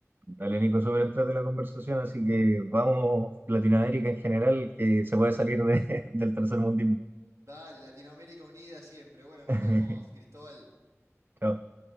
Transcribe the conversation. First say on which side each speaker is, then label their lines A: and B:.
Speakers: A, on the right; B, on the right.
A: Dale, Nico, súper entrate la conversación, así que vamos, Latinoamérica en general, que se puede salir de- <laughs> del tercer mundismo.
B: Dale, Latinoamérica unida siempre. Bueno, nos
A: <laughs>
B: vemos, Cristóbal.
A: Chao.